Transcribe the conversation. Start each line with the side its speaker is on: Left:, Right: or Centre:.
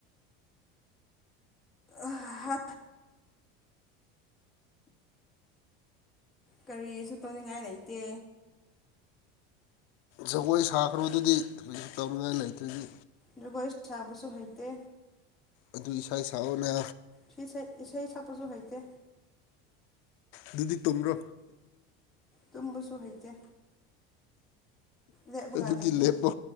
Centre: ꯑ ꯍꯥ꯫ ꯀꯔꯤꯁꯨ ꯇꯧꯅꯤꯡꯉꯥꯏ ꯂꯩꯇꯦ꯫
Left: ꯖꯒꯣꯏ ꯁꯥꯈ꯭ꯔꯗꯨꯗꯤ ꯇꯧꯔꯤꯉꯥꯏ ꯂꯩꯇꯗꯤ꯫
Centre: ꯖꯒꯣꯏ ꯁꯥꯕꯁꯨ ꯍꯩꯇꯦ꯫
Left: ꯑꯗꯨ ꯏꯁꯩ ꯁꯛꯂꯣꯅꯦ꯫
Centre: ꯁꯤ ꯏꯁꯩ ꯏꯁꯩ ꯁꯛꯄꯁꯨ ꯍꯩꯇꯦ꯫
Left: ꯑꯗꯨꯗꯤ ꯇꯨꯝꯕ꯭ꯔꯣ꯫
Centre: ꯇꯕꯁꯨ ꯍꯩꯇ ꯂꯦꯕꯒꯥꯗꯩꯇꯦ
Left: ꯑꯗꯨꯗꯤ ꯂꯦꯞꯄꯣ